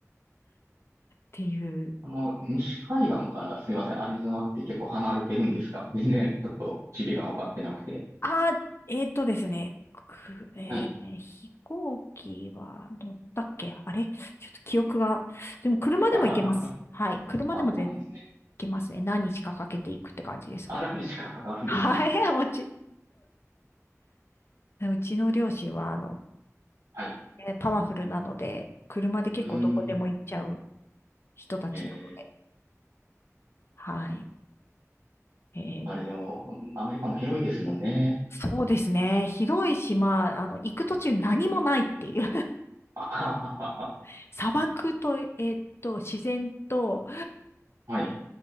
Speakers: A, on the left; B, on the right.
A: ていう。
B: あの、西海岸からすいません、アリゾナって結構離れてるんですか全然ちょっと地理が分かってなくて。
A: あ、えっとですね。くえー飛行機は乗ったっけあれちょっと記憶が。
B: はい。
A: でも車でも行けます。
B: <laughs> あははは
A: はい。車でもで行
B: あ、そうなんですね。
A: けますね。何日かかけていくって感じですけど。
B: あ、何日かかかるんですね。
A: はい。<laughs> もち、うちの両親は、あの、
B: はい。
A: えーパワフルなので、車で結構どこでも行っちゃう。
B: うーん。
A: 人たちなので。
B: えー、
A: はい。えー
B: あれでも、アメリカも広いですもんね。
A: そうですね。広い島、あの、行く途中何もないっていう。
B: <laughs> あははは
A: <laughs> 砂漠と、えーっと、自然と、
B: はい。